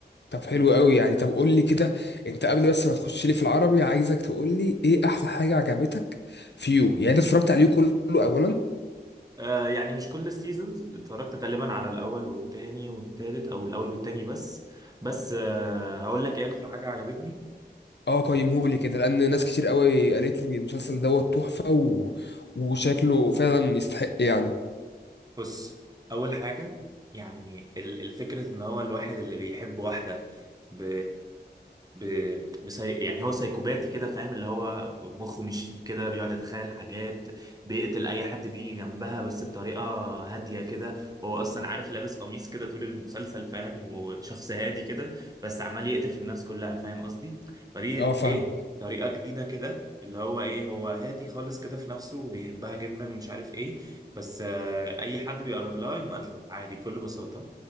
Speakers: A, on the left; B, on the right.
A: طب حلو قوي يعني طب قول لي كده أنت قبل بس ما تخش لي في العربي عايزك تقول لي إيه أحلى حاجة عجبتك في يو يعني أنت اتفرجت عليه كله أولا
B: آه يعني مش كل السيزونز اتفرجت غالبا على الاول والتاني والتالت او الاول والتاني بس بس آه هقول لك ايه اكتر حاجه عجبتني
A: أه قيمه لي كده لأن ناس كتير قوي قالت لي المسلسل دوت تحفة و... وشكله فعلا يستحق يعني
B: بص اول حاجه يعني ال- الفكره ان هو الواحد اللي بيحب واحده ب... ب... بسي... يعني هو سايكوباتي كده فاهم اللي هو مخه مش فيه كده بيقعد يتخيل حاجات بيقتل اي حد بيجي جنبها بس بطريقه هاديه كده وهو اصلا عارف لابس قميص كده طول المسلسل فاهم وشخص هادي كده بس عمال يقتل في الناس كلها فاهم قصدي فدي
A: أه فاهمك
B: ايه طريقه جديده كده اللي هو ايه هو هادي خالص كده في نفسه وبيحبها جدا ومش عارف ايه بس آه، اي حد بيقرب لها يقوم قتله عادي بكل بساطه